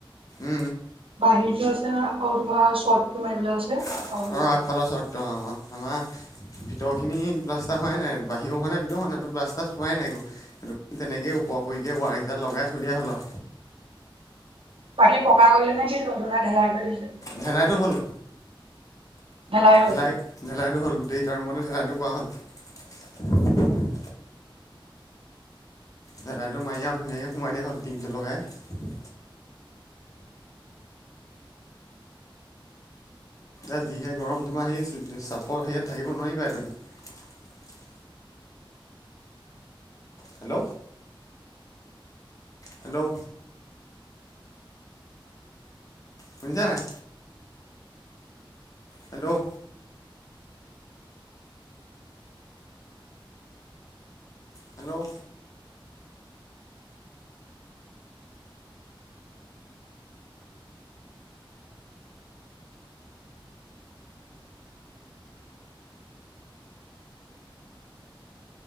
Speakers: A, on the left (about 40°); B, on the right (about 85°).
A: উম।
B: বাহিৰতো আছে হা, আকৌ তোমাৰ ৰ্চটতো মাৰিবলৈ আছে। তাৰপৰা
A: অ',
B: হৈ যাব।
A: আগফালৰ শৰ্টতো অ'। আমাৰ ভিতৰ খিনি প্লাষ্টাৰ হোৱাই নাই। বাহিৰৰ হোৱা নাই ভিতৰত হোৱা নাই, প্লাষ্টাৰ হোৱাই নাই একো। তেনেকে ওপৰা-ওপৰিকে ৱাইৰকেইটা লগাই থৈ দিয়া হ'ল আও।
B: বাকী পকা কৰিলে নে কি ধ-ধনা ঢেলাই কৰিছে।
A: ভেনাইতটো হল।
B: ঢেলাই হ'ল?
A: ঢেলাই-ঢেলাইটো হ'ল গোটেইকেইটা ৰুমতো ঢেলাইটো কৰা হ'ল। ঢেলাইটো মাৰি আও ধুনীয়াকে সোমাই দিয়া হ'ল, টিংটো লগাই। এ যিহে গৰম তোমাৰ সেই চ-চাপৰ সেইয়াত থাকিব নোৱাৰিবা তমি। হেল্ল'। হেল্ল' শুনিছা নে নাই? হেল্ল' হেল্ল'